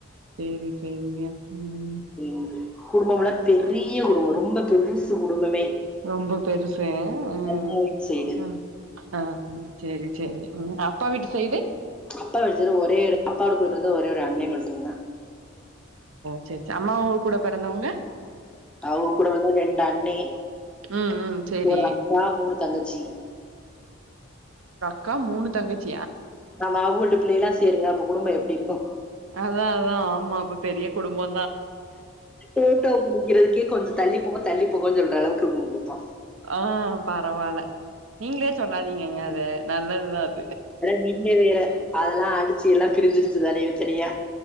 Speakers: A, on the right; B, in the centre.
A: சேரி சேரிங்க ம்
B: ம் குடும்பம்லா பெரிய குடும்போ ரொம்ப பெருசு குடும்பமே
A: ரொம்ப பெருசு ம்
B: அம்மா வீட்டு சைடு
A: ம் ஆ சேரி சேரி சேரி உங்க அப்பா வீட்டு சைடு
B: அப்பா வீட்டு சைடு ஒரே எடோ அப்பாரு குடுத்தது ஒரே ஒரே அண்ணே மட்டுந்தா
A: சரி சரி அம்மா உ கூட பிறந்தவங்க
B: அவங்க கூட வந்து ரெண்டு அண்ணே
A: ம் ம் சேரி
B: ஒரு அக்கா மூணு தங்கச்சி
A: க்கா மூணு தங்கச்சி
B: ஆமா உள்ட் பிள்ளைகலா சேருங்க அப்ப குடும்போ எப்படி இருக்கு
A: அதா அதா ஆமா அப்ப பெரிய குடும்போ
B: ஃபோட்டோ புடிக்கிறதுக்கே கொஞ்ச தள்ளி போங்க தள்ளி <unintelligible> சொல்ற அளவுக்கு குடும்போ
A: ஆ பரவாயில்ல நீங்களே சொல்லாதீங்கங்க அத நல்லதுதா அத்
B: அத நீட்லே வேற அதெல்லா அடிச்சு எல்லா பிரிஞ்சிரு <unintelligible> த்தரியா